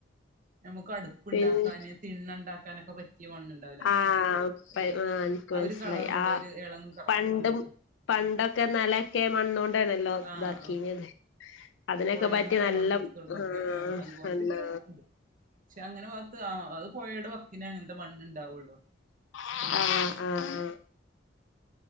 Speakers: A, on the right; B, on the left.
A: നമുക്ക് അടുപ്പുണ്ടാക്കാനെ
B: പിന്നെ
A: തി ണ്ണോണ്ടാക്കാനൊക്കെ പറ്റും പുതിയ മണ്ണുണ്ടാവില്ല
B: ആ
A: അതുപോലെത്തെ
B: പ ആ എനിക്ക്
A: അവര്
B: മനസ്സിലായി
A: കളറും കൊണ്ട്
B: ആ
A: ഒരു എളം കറുപ്പെ
B: പണ്ടും
A: അങ്ങനെ
B: പണ്ടൊക്കെ നിലക്കെ മണ്ണോണ്ടാണല്ലോ
A: ആ
B: ഇതാക്കീനത്
A: അതെ
B: അതിനൊക്കെ
A: പുഴേന്നൊക്കെ
B: പറ്റി നല്ല
A: മണ്ണെടുത്തോടന്നൊക്കെ
B: ആ
A: അതുപോലത്തെക്കെ
B: എന്താ
A: ഒരു ഉണ്ട് പക്ഷെ അങ്ങനെ ഭാഗത്ത് അത് പോയേടെ വക്കിനെ അങ്ങനത്തെ മണ്ണുണ്ടാവുള്ളു
B: ആ ആ ആ